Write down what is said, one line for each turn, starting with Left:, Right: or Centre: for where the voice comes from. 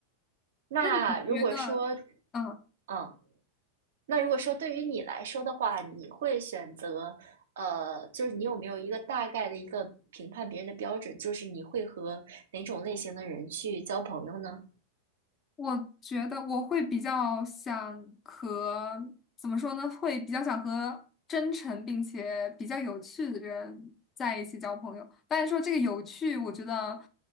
Right: 那如果说，
Left: 那你觉得，嗯，
Right: 嗯，那如果说对于你来说的话，你会选择，呃，就是你有没有一个大概的一个评判别人的标准，就是你会和哪种类型的人去交朋友呢？
Left: 我觉得我会比较想和，怎么说呢？会比较想和真诚并且比较有趣的人在一起交朋友。但是说这个有趣，我觉得